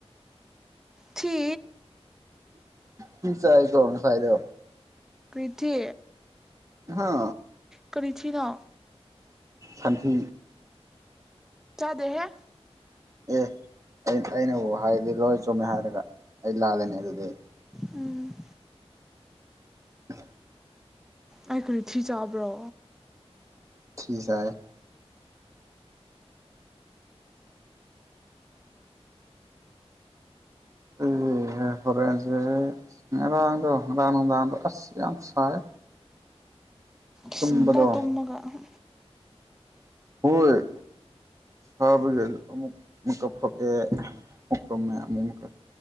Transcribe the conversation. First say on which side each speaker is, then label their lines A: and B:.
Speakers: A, in the centre; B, on the right (about 30°).
A: ꯊꯤ
B: ꯐꯤ ꯁꯥꯏ ꯀꯣ ꯉꯁꯥꯏꯗꯣ
A: ꯄ꯭ꯔꯤꯊꯤ
B: ꯍꯥ
A: ꯀꯔꯤ ꯊꯤꯅꯣ
B: ꯁꯟꯊꯤ
A: ꯆꯥꯗꯦꯍꯦ
B: ꯑꯦ ꯑꯩ ꯑꯩꯅꯕꯨ ꯍꯥꯏꯔꯗꯤ ꯂꯣꯏ ꯆꯨꯝꯃꯦ ꯍꯥꯏꯔꯒ ꯑꯩ ꯂꯥꯜꯂꯦꯅꯦ ꯑꯗꯨꯗꯤ
A: ꯎꯝ
B: <inaudible>
A: ꯑꯩ <unintelligible> ꯊꯤ ꯆꯥꯕ꯭ꯔꯣ
B: ꯊꯤ ꯆꯥꯏꯌꯦ ꯑꯗꯨꯅꯦ ꯍꯦ ꯍꯣꯔꯦꯟꯁꯦ ꯉꯔꯥꯡꯗꯣ ꯉꯔꯥꯡ ꯅꯨꯡꯗꯥꯡꯗꯣ ꯑꯁ ꯌꯥꯝ ꯁꯥꯏ
A: ꯏꯁ
B: ꯇꯨꯝꯕꯗꯣ
A: ꯉꯟꯇꯥ ꯇꯨꯝꯃꯒ ꯑꯍ
B: ꯍꯣꯏ ꯁꯥꯕꯒꯤ ꯑꯗꯨ ꯑꯃꯨꯛ ꯃꯤꯀꯞ ꯊꯣꯛꯑꯦ ꯑꯃꯨꯛ ꯇꯝꯃꯦ ꯑꯃꯨꯛ ꯃꯨꯀ